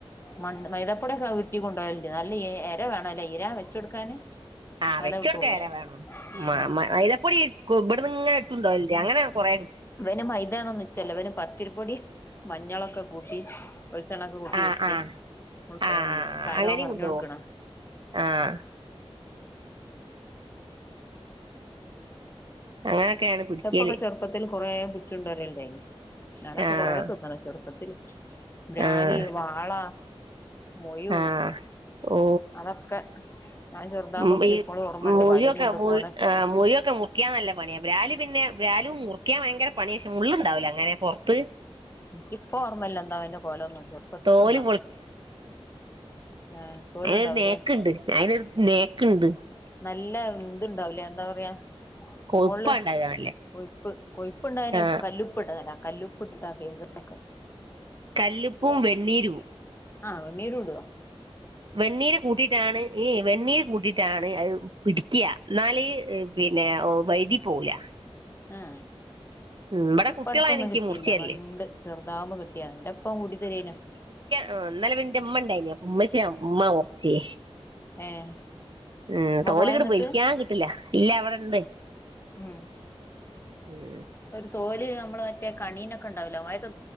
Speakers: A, on the left; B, on the right.
A: മണ്ണ് മൈതാപ്പൊട്യാക്കെ ഉര്റ്റി കൊണ്ടോല്ണ്ട് നല്ല ഏ ഏ ഏര ഇര വേണല്ലേ വെച്ച് കൊടുക്കാന്.
B: ആ
A: എന്നാലേ
B: വെച്ചൊട്ക്കാൻ
A: കിട്ടുള്ളൂ
B: ഏര വേണം മ
A: ഉം
B: മ മൈദപൊടി കു ഇപ്ടെന്ന്ങ്ങനെ ത്ണ്ടോല്ണ്ട് അങ്ങനെ കൊറേ
A: ഇവന് മൈദേതൊന്നും നിച്ചല്ല ഇവന് പത്തിരിപ്പൊടി മഞ്ഞളൊക്കെ കൂട്ടി വെൾച്ചണ്ണൊക്കെ കൂട്ടി
B: ആഹ്
A: ഉര്ട്ടി
B: ആഹ്
A: കൊടോവൽണ്ട്
B: ആഹ്
A: ക്കാരോ
B: അങ്ങനെയും
A: പർഞ്ഞട്ക്ക്ണ.
B: കൊണ്ടോവും
A: <inaudible>
B: ആഹ് അങ്ങനൊക്കെയാണ് പിടിക്കല്
A: ന്റപ്പൊക്കെ ചെർപ്പത്തിൽ കൊറെ പിട്ച്ചൊടര്ല്ടായ്നി. ഞാനൊക്കെ
B: ആഹ്
A: കൊറെ തിന്ന്ണ് ചെർപ്പത്തില് <unintelligible>
B: ആഹ്
A: വാള മൊഴു
B: ആഹ് ഓ
A: അതൊക്കെ ഞാൻ ചെറുതാവുമ്പൊക്കെ
B: ഉം ഈ
A: ഇപ്പളും ഓർമ്മണ്ട്
B: മുഴിയൊക്കെ
A: വലിം കൊണ്ട് പോണെ
B: ആമുഴിയൊക്കെ മുർക്യാൻ നല്ല പണ്യാ <unintelligible> പിന്നെ വ്യാലും മുർക്യാൻ ഭയങ്കര പണിയക്ഷെ മുള്ള് ഇണ്ടാവല്ല ങ്ങനെ പൊർത്ത്.
A: ഇൻക്കിപ്പോ ഓർമ്മല്ല എന്താ അയ്ന്റെ കോലൊന്നും ചെർപ്പത്ത്
B: തോല്
A: തിന്നാ. ഏഹ് തോലുണ്ടാവൂലേ
B: അയ്നൊരു നേക്ക്ണ്ട് അയ്നൊരു നേക്ക്ണ്ട്.
A: നല്ല ഇത്ണ്ടാവുലേ എന്താ പറയാ.
B: കൊഴുപ്പാ
A: മോളിൽ
B: ഇണ്ടാകാ നല്ലേ
A: കൊയിപ്പ് കൊയിപ്പ്ണ്ടായനെ
B: ആഹ്
A: കല്ലുപ്പിട്ടത് നല്ലതാ കല്ലുപ്പിട്ട്. <unintelligible> കോകെ.
B: കല്ലുപ്പും വെണ്ണീരു.
A: ആ വെണ്ണീര് ഇടോ.
B: വെണ്ണീര് കൂട്ടിയിട്ടാണ് ഈ വെണ്ണീര് കൂട്ട ട്ടാണ് പിടിക്കുക എന്നാല് പിന്നെ വൈതി പോവൂല.
A: ആഹ.
B: ഉം
A: ഇക്ക്
B: ഇവിടെ
A: ഇിപ്പടത്തൊന്നും
B: കുട്ടികളാ എനിക്ക്
A: കിട്ടിയില്ല
B: മുറിച്ച് തരല്
A: പണ്ട് ചെറുതാവുന്പ കിട്ടിയാ ഇന്നെപ്പ കൂടി തരേന.
B: ആ ഇന്നലെ പിന്നെ ഇന്റെ ഇമ്മ ഇൻ ണ്ടായിന് അപ്പ ഇമ്മച്ച ഇമ്മ മുറിച്ച്.
A: ഏഹ്
B: ഉം
A: ഉമ്മ
B: തോലിക്കിട്ട്
A: പോയോ എന്നിട്ട്
B: പൊളിക്കാൻ കിട്ടില്ല ഇല്ല അവിടെ ഇണ്ട്.
A: ഉം
B: ഉം.
A: ഒരു തോല് നമ്മള് മറ്റേ കണീനൊക്കെണ്ടാവലോ വ